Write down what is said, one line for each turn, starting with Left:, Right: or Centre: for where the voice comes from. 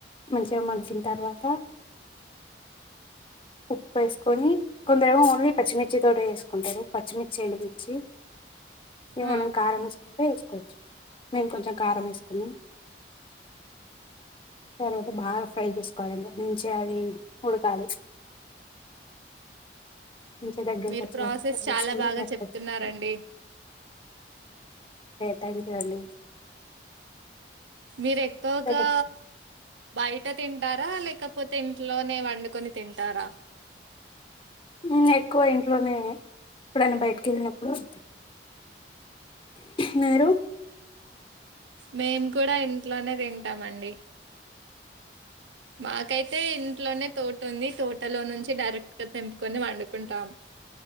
Left: మంచిగా మగ్గిన తర్వాత ఉప్పు వేసుకొని కొందరేమో ఓన్లీ పచ్చిమిర్చి తోట వేసుకుంటారు పచ్చిమిర్చి, ఎండుమిర్చ్ ఏమన్న
Right: ఆ!
Left: కారం వేసుకుంటే వేసుకోవచ్చు మేము కొంచెం కారం వేసుకున్నాం తరవాతే బాగా ఫ్రై చేసుకోవాలండి మంచిగా అది ఉడకాలి మంచిగా దగ్గరికి
Right: మీరు
Left: వచ్చే
Right: ప్రాసెస్
Left: వరకు ఫ్రై
Right: చాలా
Left: చేసుకుంటే
Right: బాగా
Left: సరిపోతుంది
Right: చెప్తున్నారండి
Left: థ్యాంక్ యూ అండి
Right: మీరు ఎక్కువగా
Left: తర్వాత
Right: బయట తింటారా లే కపోతే ఇంట్లోనే వండుకొని తింటారా
Left: నేను ఎక్కువ ఇంట్లోనే ఎప్పుడన్న బయటకి వెళ్ళినప్పుడు అంతే మీరు
Right: మేము కూడా ఇంట్లోనే తింటామండి మాకైతే ఇంట్లోనే తోట ఉంది తోటలో నుంచి డైరెక్ట్ గా తెంపుకొని వండుకుంటాం